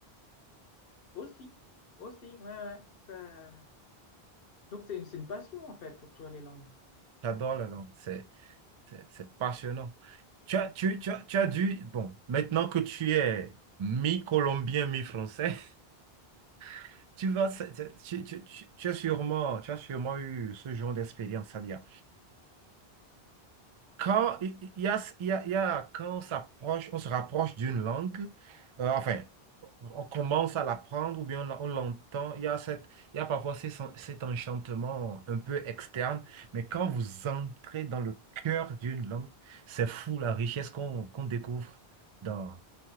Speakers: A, on the left; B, on the right.
A: Aussi, aussi, ouais, ouais. ça- Donc c'est une, c'est une passion en fait pour toi les langues.
B: J'adore la langue. C'est C'est c'est passionnant. Tu as, tu, tu as, tu as dû, bon, maintenant que tu es mi-colombien, mi-français, <laughs> tu vas, c'est- c'est- tu, tu, tu, tu as sûrement, tu as sûrement eu ce genre d'expérience, c'est-à-dire, Quand il il y a, il y a, il y a- quand on s'approche, on se rapproche d'une langue, euh, enfin, on commence à l'apprendre ou bien on, l'a- on l'entend, il y a cette, il y a parfois ces- sen- cet enchantement un peu externe, mais quand
A: Mhm.
B: vous entrez dans le cœur d'une langue, c'est fou la richesse qu'on qu'on découvre dans,